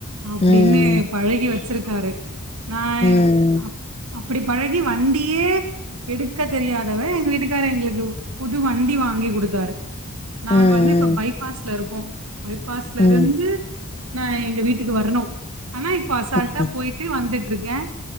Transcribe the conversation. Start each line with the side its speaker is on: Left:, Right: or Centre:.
Right: அப்டின்னு
Left: ம்
Right: பழகி வச்சிருக் கரு நா <unintelligible>
Left: ம்
Right: ப்புடி பழகி வண்டியே எடுக்க தெரியாதவ எங்க வீட்டுக்கார எங்குளுக்கு புது வண்டி வாங்கி குடுத்தாரு நாங்க
Left: ம்
Right: வந்து இப்ப பைபாஸ்ல இருக்கோ பைபாஸ்ல
Left: ம்
Right: இருந்து நா எங்க வீட்டுக்கு வரணு ஆனா இப்ப அசால்ட்டா
Left: ம்
Right: போயிட்டு வந்துட் இருக்கேன்